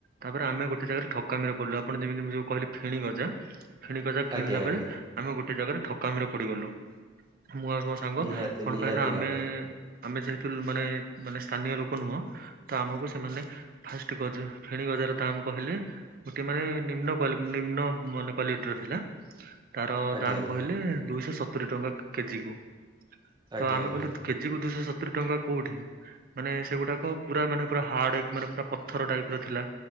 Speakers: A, on the right (about 45°); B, on the right (about 20°).
A: ତାପରେ ଆମେ ଗୋଟେ ଜାଗାରେ ଠକାମିରେ ପିଡିଲୁ ଆପଣ ଯେମିତି ମୁଁ ଯୋଉ କହିଲି ଫେଣିି ଗଜା ଫେଣି ଗଜା କିଣିଲା
B: ଆଜ୍ଞା
A: ବେଳେ
B: ଆଜ୍ଞା
A: ଆମେ ଗୋଟେ ଜାଗାରେ ଠକାମିରେ ପଡି ଗଲୁ, ମୁଁ ଆଉ ମୋ ସାଙ୍ଗ
B: ନିହାତି
A: କଣ
B: ନିହାତି
A: ପାଇଁ ନା ଆମେ-ଆମେ
B: ଭାବରେ
A: ଯେହେତୁ ମାନେ-ମାନେ ସ୍ଥାନୀୟ ଲୋକ ନୁହଁ ତ ଆମକୁ ସେମାନେ ଫାଷ୍ଟ ଗଜା ଫେଣି ଗଜାର ଦାମ୍ କହିଲେ ଗୋଟିଏ ମାନେ ନିମ୍ନ କ୍ୱାଲି ନିମ୍ନ ମାନ କ୍ଵାଲିଟି ର ଥିଲା ତାର
B: ଆଜ୍ଞା
A: ଦାମ୍
B: ଆଜ୍ଞା
A: କହିଲେ ଦୁଇଶହ ସ ସତୁରି ଟଙ୍କା କେଜି କୁ
B: ଆଜ୍ଞା
A: ତ ଆମେ
B: ଆଜ୍ଞା
A: କହିଲୁ କେଜି କୁ ଦୁଇଶହ ସତୁରି ଟଙ୍କା କୋଉଠି? ମାନେ ସେଗୁଡାକ ପୁରା ମାନେ ପୁରା ହାର୍ଡ ମାନେ ପୁରା ପଥର ଟାଇପ୍ ର ଥିଲା।